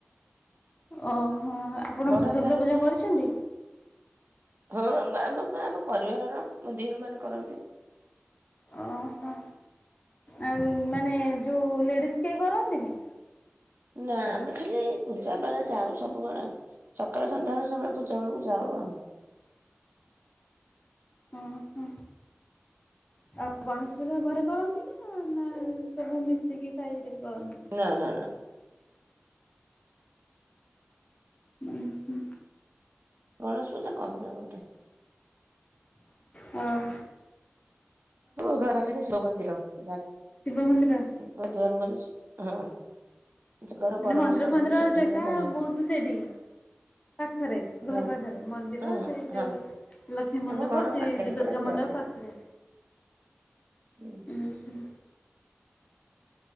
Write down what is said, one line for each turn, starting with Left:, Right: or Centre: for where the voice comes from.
Left: ଓହୋ ଆପଣ
Right: ବଡ ଆକାର
Left: ଦୁର୍ଗା ପୂଜା
Right: ହୁଏ
Left: କରିଛନ୍ତି?
Right: ହଁ ମା ଆମ ତ ଆମ ପରିବାରର ମୋ ଦିଅର ମାନେ କରନ୍ତି।
Left: ଓହୋ। ଆ ମାନେ ଯେଉଁ ଲେଡ଼ିଜ କେହି କରନ୍ତିନି।
Right: ନା ଆମେ ଖାଲି ପୂଜା ବେଳେ ଯାଉ ସବୁବେଳେ। ସକାଳେ ସଧ୍ୟାବେଳେ ସବୁବେଳେ ପୂଜା ବେଳକୁ ଯାଉ ଆଉ।
Left: ଓହୋ ଆଉ ଗଣେଶ ପୂଜା ଘରେ କରନ୍ତି ନା ନା ସବୁ ମିଶିକି ସାହିରେ କରନ୍ତି।
Right: ନା ନା ନା।
Left: ଉଁ ହୁଁ।
Right: ଗଣେଶ ପୂଜା କରୁନା ମୋଟେ।
Left: ହଁ।
Right: ମୋ ଘରପାଖରେ ଶିବ ମନ୍ଦିର ଯାଗ
Left: ଶିବମନ୍ଦିର।
Right: ମୋ ଦୁଆର ମୁହଁରେ ସି ହଁ। ଘର
Left: ମାନେ
Right: ବଡ
Left: ମନ୍ଦିର
Right: ଓଷା
Left: ଫନ୍ଦିର
Right: ସବୁ ସେଠି
Left: ଜାଗା
Right: ହୁଏ ବଢିଆ
Left: ବହୁତ ସେଇଠି। ପାଖରେ ଘର
Right: ହଁ
Left: ପାଖରେ ମନ୍ଦିର
Right: ହଁ ହଁ
Left: ସେଇ ଯୋଉ
Right: ହଁ।
Left: ଲକ୍ଷ୍ମୀ ମଣ୍ଡପ
Right: ଆମ ଘର
Left: ସେଇ
Right: ପାଖରେ
Left: ଯୋଉ
Right: ପୁରା
Left: ଦୁର୍ଗା
Right: ଦୁଆର
Left: ମଣ୍ଡପ
Right: ମୁହଁ
Left: ପାଖ ରେ
Right: ହୁଁ
Left: ଉୁଁ ହୁଁ।